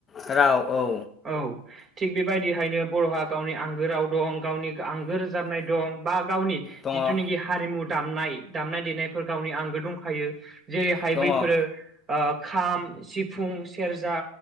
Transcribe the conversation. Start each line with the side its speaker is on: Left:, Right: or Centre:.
Left: राव औ।
Right: औ थिग बेबायदिहायनो बर'हा गावनि आंगो राव दं गावनि आंगो <unintelligible> दं बा गावनि
Left: दङ
Right: जिथुनाखि
Left: औ
Right: हारिमु दामनाय दामनाय देनाय फोर गावनि आंगो दंखायो जेरैहाय
Left: दङ
Right: बैफोरो
Left: औ
Right: ओ खाम, सिफुं, सेरजा